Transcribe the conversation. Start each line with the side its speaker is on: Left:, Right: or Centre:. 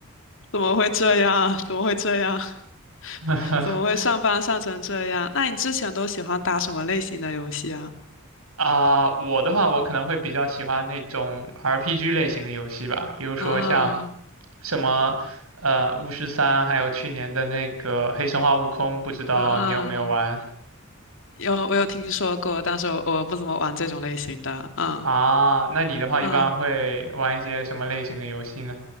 Left: 怎么会这样？怎么会这样？
Right: <laughs>
Left: <laughs> 怎么会上班上成这样？那你之前都喜欢打什么类型的游戏啊？
Right: 啊、我的话，我可能会比较喜欢那种 RPG 类型的游戏吧，比如说像
Left: 啊
Right: 什么呃《巫师三》，还有去年的那个《黑神话：悟空》，不知道你有没有玩
Left: 啊，有我有听说过，但是我我不怎么玩这种类型的。嗯
Right: 啊？那你的话一般会玩一些什么类型的游戏呢？
Left: 嗯